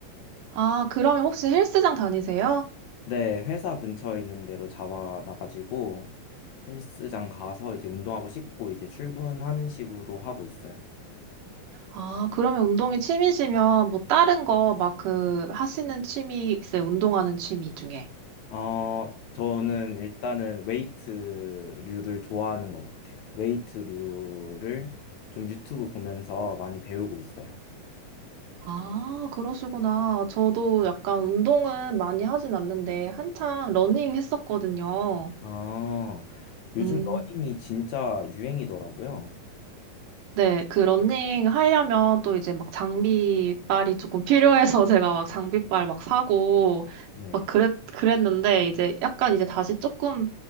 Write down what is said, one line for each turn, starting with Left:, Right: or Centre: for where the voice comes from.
Right: 아, 그러면 혹시 헬스장 다니세요?
Left: 네, 회사 근처에 있는 데로 잡아놔가지고 헬스장 가서 이제 운동하고 씻고 이제 출근하는 식으로 하고 있어요.
Right: 아, 그러면 운동이 취미시면 뭐 다른 거 막 그 하시는 취미 있어요? 운동하는 취미 중에.
Left: 어, 저는 일단은 웨이트류를 좋아하는 것 같아요. 웨이트류를 좀 유튜브 보면서 많이 배우고 있어요.
Right: 아, 그러시구나. 저도 약간 운동은 많이 하진 않는데 한창 러닝 했었거든요.
Left: 아, 요즘
Right: 음.
Left: 러닝이 진짜 유행이더라고요.
Right: 네, 그 러닝 하려면 또 이제 막 장비빨이 조금 필요해서 <laughs> 제가 막 장비빨 막 사고
Left: 네.
Right: 막 그랬, 그랬는데 이제 약간 이제 다시 조금